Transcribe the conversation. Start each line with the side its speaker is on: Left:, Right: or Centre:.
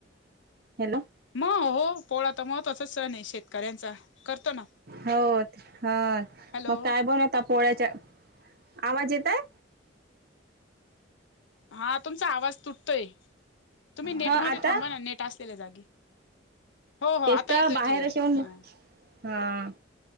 Right: हॅलो.
Left: मग हो पोळा तर महत्वाचा सण आहे शेतकऱ्यांचा, करतो ना.
Right: हो हा
Left: हॅलो
Right: मग काय बनवता पोळ्याच्या, आवाज येतय?
Left: हा तुमचा आवाज तुटतोय, तुम्ही नेट
Right: हा
Left: मध्ये
Right: आता
Left: थांबा ना, नेट असलेल्या जागी. हो हो
Right: तेच
Left: आता
Right: तर
Left: येतोय
Right: बाहेर
Left: क्लिअर
Right: असे येऊन
Left: हा
Right: हा.